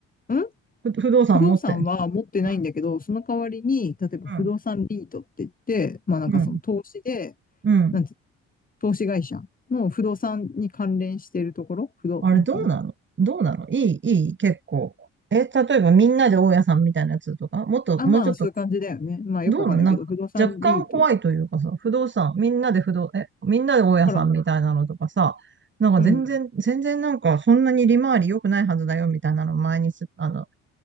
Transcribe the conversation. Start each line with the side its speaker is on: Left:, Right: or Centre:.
Left: う、ん
Right: ふ不動産持ってんの
Left: 不動産は持ってないんだけど、
Right: う
Left: その代わりに、例えば不動産リートって言って、
Right: ん、
Left: まあなんかその投資で、
Right: うん、うん。うん
Left: なんて、投資会社の不動産に関連しているところ、不動、
Right: あれどうなのどうなのいい、
Left: なんつうの、不動
Right: いい、結構。え、例えばみんなで大家さんみたいなやつとかもっと、
Left: あ、まあそういう感じだよね。
Right: もうちょっと、
Left: まあよくわかんないけど、
Right: どうなのなんか、
Left: 不動産リート。
Right: 若干怖いというかさ、不動産、みんなで不動、え、みんなで大家さんみたいなのとかさ、
Left: だから、
Right: なんか全然、
Left: うん、
Right: 全然なんかそんなに利回り良くないはずだよみたいなの前にす、あの、